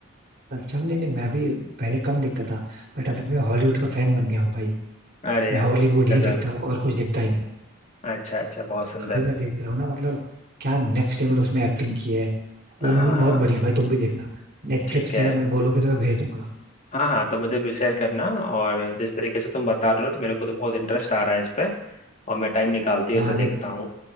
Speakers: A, on the right; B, on the left.
A: अच्छा नहीं नहीं मैं भी पहले कम देखता था बट अभी मैं हॉलीवुड का फैन बन गया हूँ भाई
B: अरे
A: मैं
B: अरे
A: हॉलीवुड ही
B: गजब
A: देखता हूँ और कुछ देखता ही नहीं
B: अच्छा अच्छा बहुत सुंदर
A: अभी मैं देख रहा हूँ ना मतलब क्या नेक्स्ट लेवल उसमें एक्टिंग की है वो
B: हाँ
A: मूवी बहुत बढ़िया है भाई तुम भी देखना नेटफ्लिक्स
B: ठीक
A: पे
B: है
A: है मैं बोलोगे तो मैं भेज दूंगा
B: हाँ हाँ तो मुझे भी शेयर करना और जिस तरीके से तुम बता रहे हो तो मेरे को तो बहुत इंटरेस्ट आ रहा है इस पे और मैं टाइम निकालती
A: हाँ
B: ही उसे देखता
A: जब
B: हूँ